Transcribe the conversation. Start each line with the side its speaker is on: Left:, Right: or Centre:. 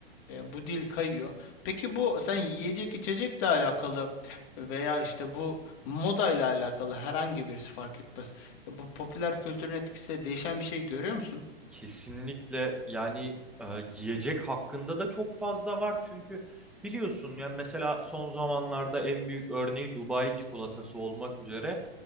Left: e, bu dil kayıyor. Peki bu sen yiyecek içecekle alakalı veya işte bu modayla alakalı herhangi birisi fark etmez. E, Bu popüler kültürün etkisiyle değişen bir şey görüyor musun?
Centre: Kesinlikle yani e, giyecek hakkında da çok fazla var çünkü biliyorsun yani mesela son zamanlarda en büyük örneği Dubai çikolatası olmak üzere